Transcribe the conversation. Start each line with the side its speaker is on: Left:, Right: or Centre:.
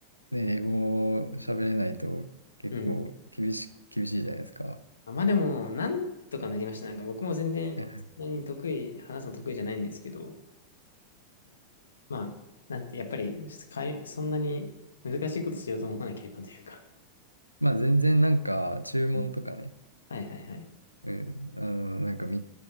Right: ね、英語喋れないと結構厳し、
Left: うん。
Right: 厳しいじゃないですか。
Left: あ、まあでも、なんとかなりました。なんか僕も全然、
Right: <laughs> ね
Left: そんなに得意、話すの得意じゃないんですけど、まあ、なんて、やっぱり、かいそんなに難しいことしようと思わなければというか。
Right: まあ全然なんか注文とかね、
Left: うんはいはいはい。
Right: うん、あの、なんか道